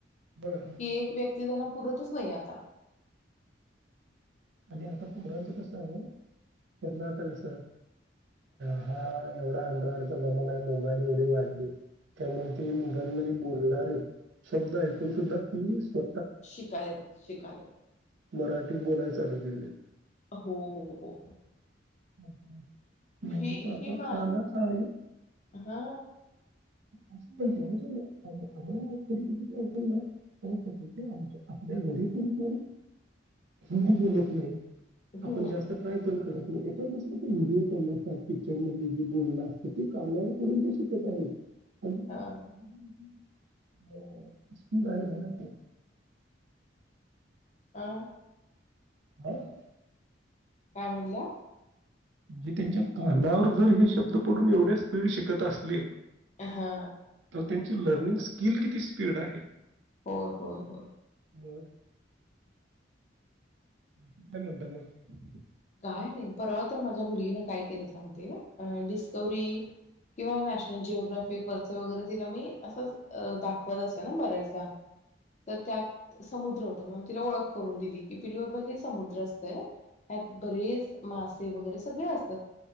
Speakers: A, on the right (about 70°); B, on the left (about 40°).
A: हं.
B: ही एक व्यक्त ते त्यांना पुरतच नाही आता
A: आणि आता पोरांचं कस आहे त्यांना आता कस आहे हा <unintelligible> एवढा अँड्रॉइडचा जमाना आहे मोबाईल एवढे वाढले त्यामुळे ते मोबाईल मध्ये बोलणारे शब्द ऐकून सुद्धा ती स्व
B: शिकायत शिकायत
A: मराठी बोलाय चालू केलंय
B: हो हो हो हो
A: रिकामा ऑडिओ मेेरे
B: ही
A: पापाा
B: ही मा
A: खाना खाइ?
B: हा
A: असं बोलत्या आम्हाला परिती कण ना आम आपल्या घरीतून कोण हिंदी बोलत नाही. आपण
B: हम्म
A: जास्त ट्राय पण करत ए दुसर ते व्हिडिओ <unintelligible> असतात पिक्चर मध जे बोलण असतं ते कानावर पडून ते शिकत आहेत. रिकामा
B: हा
A: ऑडिओ <inaudible> हो स्पीड आहे बोला की,
B: अं
A: रिकामा ऑडिओ <inaudible>
B: काय म्हणला?
A: म्हणजे त्यांच्या कानावर जर हे शब्द पडून एवढे स्पीड शिकत असले
B: हा!
A: तर त्यांची लर्निंग स्किल किती स्पीड आहे?
B: होय-होय-होय!
A: रिकामा ऑडिओ बाकी काय म्हणता मग
B: काय नाही परवा तर माझ्या मुलगीनं काय केलं सांगते डिस्कवरी किंवा नॅशनल जिओग्राफिक वरच वगैरे तिला मी असचं दाखवत असत बऱ्याचदा तर त्यात समुद्र होतं. मण तिला ओळख करून दिली की पिलू अबघ हे समुद्र असतंय ह्यात बरेच मासे वगैरे सगळे असतात